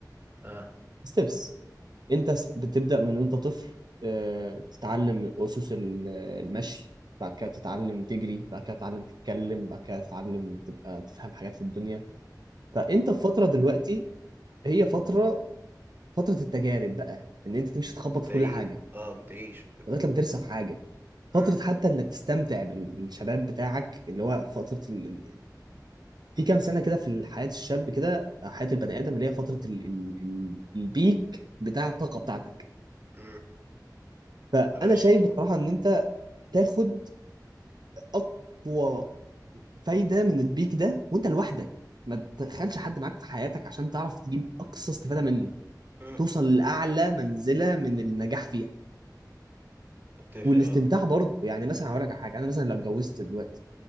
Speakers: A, on the right; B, on the right.
A: آه
B: ستيبس انت س- بتبدأ من وانت طفل آه، تتعلم اسس ال- المشي بعد كده تتعلم تجري بعد كده تتعلم تتكلم بعد كده تتعلم تبقى تفهم حاجات في الدنيا فانت في فترة دلوقتي هي فترة فترة التجارب بقى ان انت تمشي تخبط
A: بتعيش
B: في كل حاجة
A: اه بتعيش وكده
B: لغاية لما ترسى في حاجة فترة
A: مم.
B: حتى انك تستمتع بال- بالشباب بتاعك اللي هو فترة ال... ال- في كام سنة كده في حياة الشاب كده أو حياة البني آدم اللي هي فترة ال... ال... ال- البيك بتاع الطاقة بتاعتك
A: مم.
B: فأنا
A: بلاش
B: شايف بصراحة إن أنت تاخد اقوى فايده من البيك ده وانت لوحدك ما تدخلش حد معاك في حياتك عشان تعرف تجيب اقصى استفاده منه
A: مم.
B: توصل لاعلى منزله من النجاح فيها
A: اتفق
B: والاستمتاع
A: اه
B: برضه يعني مثلا هقول لك على حاجه انا مثلا لو اتجوزت دلوقتي